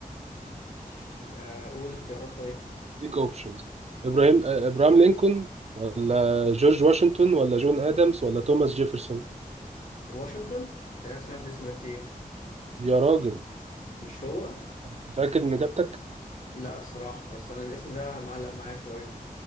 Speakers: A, on the left; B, on the right.
A: مش آه قول اختيارات طيب
B: ليك اوبشنز ابراهيم آه، ابراهام لينكولن ولا جورج واشنطن ولا جون ادمز ولا توماس جيفرسون
A: واشنطن انا سمعت الاسم ده كتير
B: يا راجل
A: مش هو
B: متاكد من اجابتك
A: لا الصراحة بس انا الاسم ده معلق معايا شوية